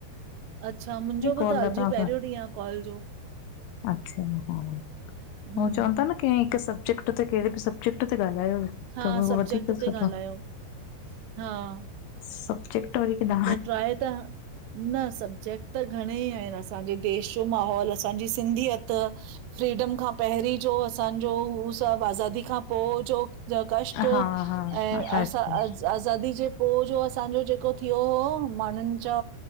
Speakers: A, on the right; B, on the left.
A: अच्छा मुंहिंजो भी
B: कॉल
A: त अॼु
B: आहे तव्हां
A: पहिरियों
B: सां
A: ॾींह आहे कॉल जो।
B: अच्छा हा
A: हम्म
B: हो चवन था न कहिं हिक सबजेक्ट। उते केहड़े बि सब्जेक्ट ते ॻाल्हायो
A: हा
B: तव उहो
A: सब्जेक्ट
B: वधीक
A: ते
B: सुठो।
A: ॻाल्हायो हा
B: सबजेक्ट वरी किॾा।
A: त ट्राए त। न सब्जेक्ट त घणेई आहिन असांजे देश जो माहोल असांजी सिंधीयत। फ्रीडम खां पहिरीं ज़ो असांज़ो हु सभ आज़ादी खां पो जो। जो कष्ट
B: हा हा
A: ऐं असां आज़ादी ज़े पो जो असांज़ो जेको। थियो हो माण्हुनि ज़ा